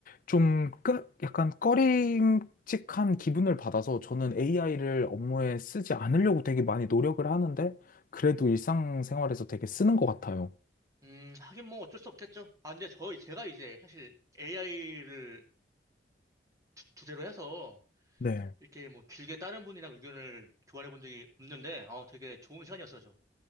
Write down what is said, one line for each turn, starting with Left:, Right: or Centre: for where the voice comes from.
Left: 좀 끄, 약간 꺼림칙한 기분을 받아서 저는 AI를 업무에 쓰지 않으려고 되게 많이 노력을 하는데 그래도 일상생활에서 되게 쓰는 것 같아요.
Right: 음, 하긴 뭐 어쩔 수 없겠죠. 아, 근데 저희, 제가 이제 사실 AI를 주제로 해서
Left: 네.
Right: 이렇게 뭐 길게 다른 분이랑 의견을 교환해 본 적이 없는데, 어, 되게 좋은 시간이었어요, 저.